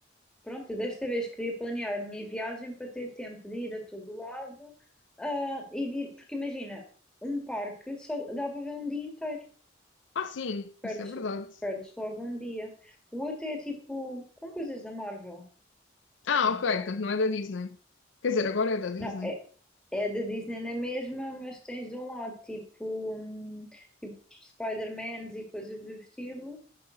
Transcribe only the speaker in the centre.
Pronto, eu desta vez queria planear a minha viagem para ter tempo de ir a todo lado, ah, e de ir, porque imagina, um parque só dá para ver um dia inteiro,
perdes,
perdes logo um dia. O outro é tipo com coisas da Marvel.
Então,
não, é, é da Disney na mesma, mas tens de um lado tipo, hum, tipo Spider-Mans e coisas do estilo,